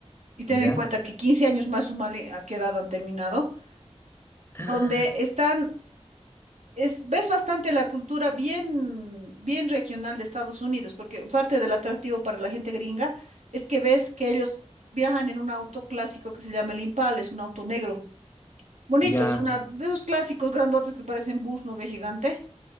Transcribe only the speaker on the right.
Y ten
en cuenta
que 15 años más, sumale a qué edad han terminado, donde
están... Es, ves bastante la cultura bien, bien regional de Estados Unidos, porque parte del atractivo para la gente gringa es que ves que ellos viajan en un auto clásico que se llama el Impala, es un auto negro Bonito,
es una de esos clásicos grandotes que parecen bus, ¿no ve gigante?